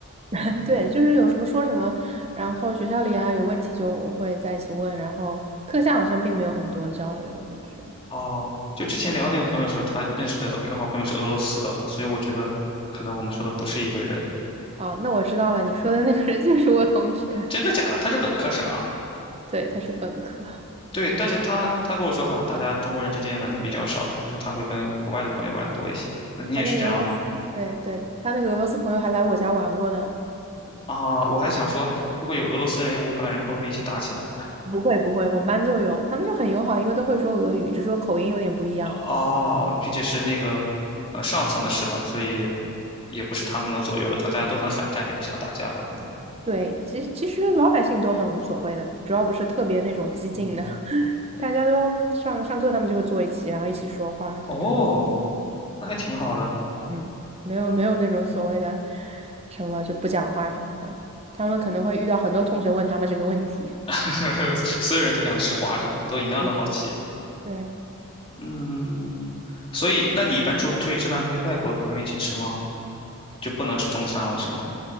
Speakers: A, on the right; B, on the left.
A: <laughs>
B: <laughs>
A: 对，就是有什么说什么，然后学校里啊有问题就会在一起问，然后课下好像并没有很多交流，就是。
B: 哦，就之前聊那个朋友说，他认识的一个好朋友是俄罗斯的，所以我觉得可能我们说的不是一个人。
A: 哦，那我知道了，你说的那个人就是我同学，
B: 真的假的？他是本科生啊？
A: 对，他是本科，
B: 对，但是他他跟我说，好像大家中国人之间玩的比较少，就是他会跟国外的朋友玩的多一些。那你也是这样吗？
A: 他那个俄罗斯，对对，他那个俄罗斯朋友还来我家玩过呢。
B: 啊，我还想说，如果有俄罗斯人，有乌克兰人，会不会一起打起来？
A: 不会不会，我们班就有，他们就很友好，因为都会说俄语，只是说口音有点不一样。
B: 哦，并且是那个，呃，上层的事嘛，所以也不是他们能左右的，可能大家都很反战，也不想打架吧，可能。
A: 对，其实其实老百姓都很无所谓的，主要不是特别那种激进的，
B: 嗯，
A: <laughs> 大家都上上课，他们就会坐一起，然后一起说话，就是这种，
B: 哦，那还挺好的。
A: 嗯，没有没有那种所谓的什么就不讲话什么的，他们可能会遇到很多同学问他们这个问题。
B: <laughs> 所有人都想吃瓜是吗？都一样的好奇。
A: <laughs> 嗯。对，
B: 嗯，所以那你一般出出去吃饭会跟外国朋友一起吃吗？就不能吃中餐了是吗？